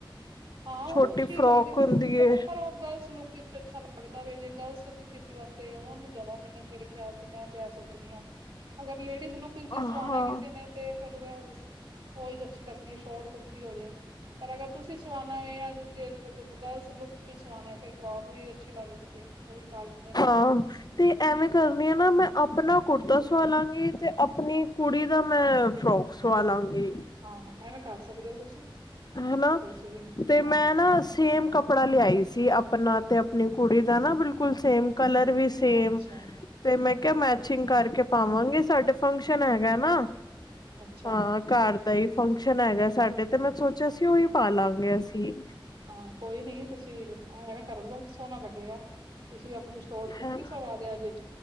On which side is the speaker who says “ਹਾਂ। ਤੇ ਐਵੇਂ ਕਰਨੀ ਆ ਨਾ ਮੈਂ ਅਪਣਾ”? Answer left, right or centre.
Left